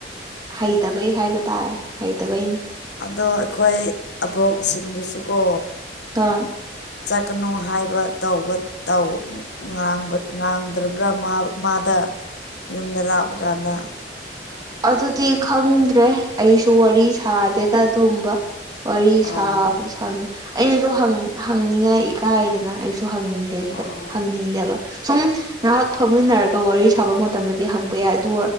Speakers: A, on the right; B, on the left.
A: ꯍꯩꯇꯕꯩ ꯍꯥꯏꯕ ꯇꯥꯔꯦ ꯍꯩꯇꯕꯩꯅꯤ
B: ꯑꯗꯣ ꯑꯩꯈꯣꯏ ꯑꯕꯣꯛꯁꯤꯡꯗꯨꯁꯨ ꯀꯣ
A: <unintelligible>
B: ꯆꯠꯀꯅꯨ ꯍꯥꯏꯕ ꯇꯧꯕ ꯇ ꯥꯡꯕ ꯉꯥꯡꯗ꯭ꯔꯕ꯭ꯔꯥ ꯃꯥꯗ ꯌꯨꯝꯗ ꯂꯥꯛꯄ ꯀꯥꯟꯗ
A: ꯑꯗꯨꯗꯤ ꯈꯪꯗ꯭ꯔꯦ ꯑꯩꯁꯨ ꯋꯥꯔꯤ ꯁꯥꯗꯦꯗ ꯑꯗꯨꯒꯨꯝꯕ ꯋꯥꯔꯤ
B: ꯑꯣ
A: ꯁꯥꯕꯨ ꯁ ꯑꯩꯅꯁꯨ ꯍꯪꯅꯤꯡꯉꯥꯏ ꯏꯀꯥꯏꯗꯅ ꯑꯩꯁꯨ ꯍꯗꯦ
B: ꯑꯣ
A: ꯍꯪꯍꯅꯤꯡꯗꯦꯕ ꯁꯨꯝ ꯉꯥꯏꯍꯥꯛ ꯐꯝꯃꯤꯟꯅꯔꯒ ꯋꯥꯔꯤ ꯁꯥꯕ ꯃꯇꯝꯗꯗꯤ ꯍꯪꯕ ꯌꯥꯏ ꯑꯗꯨ